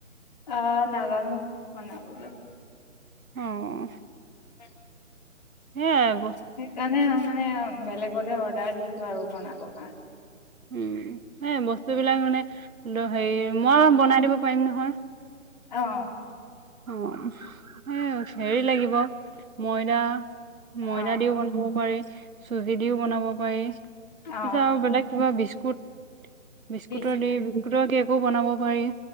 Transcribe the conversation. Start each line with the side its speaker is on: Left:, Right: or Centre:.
Left: অঁ, নাজানোঁ, বনাবলৈ।
Right: অঁ।
Left: উম।
Right: সেইয়াই
Left: সেইকাৰণে আউ মানে অম বেলেগতে আৰ দিছোঁ আৰু বনাবৰ কাৰণে।
Right: উম। সেইয়াই বস্তু বিলাক মানে, দ হেৰি মই বনাই দিব পাৰিম নহয়।
Left: হাঁ
Right: অঁহ সেয়ে আউ হেৰি লাগিব, ময়দা।
Left: অ
Right: ময়দা দিও বনাব পাৰি। চুজি দিও বনাব পাৰি।
Left: অ
Right: তাপিছত আউ বেলেগ কিবা বিস্কুট বিস্কুট
Left: বিছ
Right: দিয়ে বিস্কুটৰ দি বনাব পাৰি।